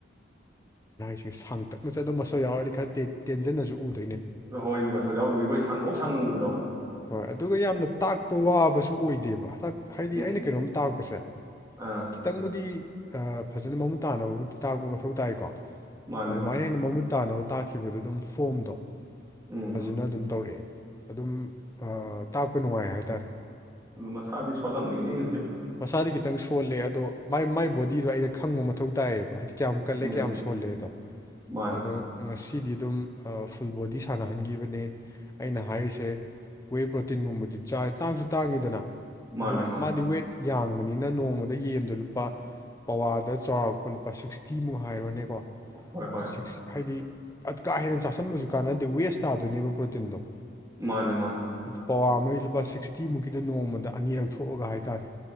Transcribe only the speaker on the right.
ꯍꯣꯏꯅꯦ ꯃꯁꯥ ꯌꯥꯎꯗꯕꯤ ꯑꯩꯈꯣꯏ ꯁꯪꯗꯧ ꯁꯥꯡꯉꯨꯕꯗꯣ
ꯎꯝ
ꯑꯥ
ꯃꯥꯅꯦ
ꯃꯥꯅꯦ
ꯎꯝ
ꯑꯗꯨ ꯃꯁꯥꯗꯤ ꯁꯣꯂꯝꯒꯤꯅꯤ
ꯎꯝ
ꯃꯥꯅꯦ
ꯃꯥꯅꯦ
ꯃꯥꯅꯦ
ꯍꯣꯏ ꯍꯣꯏ
ꯃꯥꯅꯦ ꯃꯥꯅꯦ